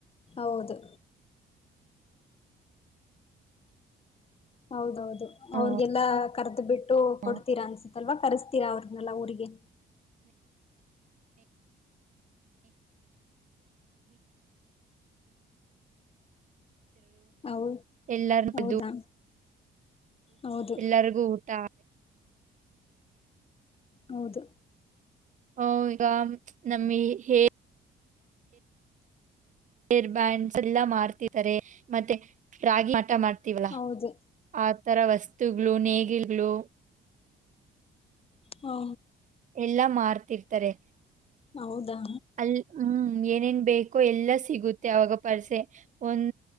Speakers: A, on the left (about 30°); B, on the right (about 40°).
A: ಹೌದು. ಹೌದೌದು.
B: ಹ್ಮ್,
A: ಅವ್ರಗೆಲ್ಲ ಕರೆದು ಬಿಟ್ಟು
B: ಹ್ಮ್,
A: ಕೊಡ್ತೀರಾ ಅನ್ಸತ್ತಲ್ವ ಕರಸ್ತಿರಾ ಅವ್ರನೆಲ್ಲಾ ಊರಿಗೆ. ಹೌ
B: ಎಲ್ಲಾರ. <unintelligible>
A: ಹೌದಾ ಹೌದು
B: ಎಲ್ಲರಿಗೂ ಊಟ.
A: ಹೌದು.
B: ಹ ಈಗ ನಮ್ಮಿ ಹೇ. ಹೇರ್ ಬ್ಯಾಂಡ್ಸ್ ಎಲ್ಲ ಮಾಡ್ತಾರೆ ಮತ್ತೆ ರಾಗಿ ಆಟ ಮಾಡ್ತೀವಲ್ಲಾ.
A: ಹೌದು
B: ಆ ತರ ವಸ್ತುಗಳು ನೇಗಿಗಳು.
A: ಹಾ.
B: ಎಲ್ಲಾ ಮಾರ್ತಿರ್ತಾರೆ.
A: ಹೌದಾ.
B: ಅ ಹ್ಮ್ ಏನೇನ್ ಬೇಕೋ ಎಲ್ಲ ಸಿಗುತ್ತೆ ಅವಾಗ ಪರ್ಸೆ ಒಂದ.